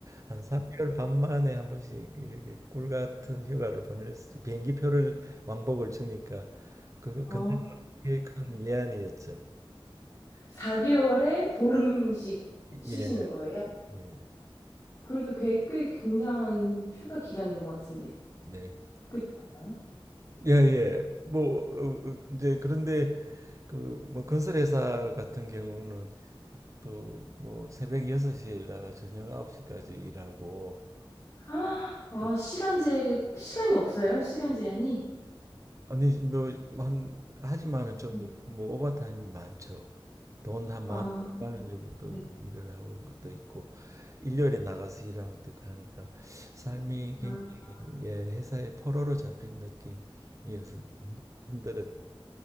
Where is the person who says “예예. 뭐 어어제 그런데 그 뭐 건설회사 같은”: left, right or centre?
Right